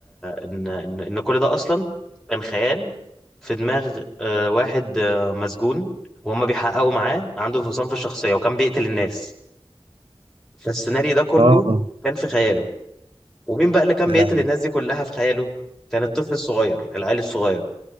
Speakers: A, in the centre; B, on the right.
A: ان ان إن كل ده اصلا كان خيال في دماغ آه، واحد آه، مسجون وهم بيحققوا معاه عنده انفصام في الشخصية وكان بيقتل الناس فالسيناريو ده كله
B: اه
A: كان في خياله ومين بقى اللي كان
B: يا
A: بيقتل
B: لهوي
A: الناس دي كلها في خياله كان الطفل الصغير العيل الصغير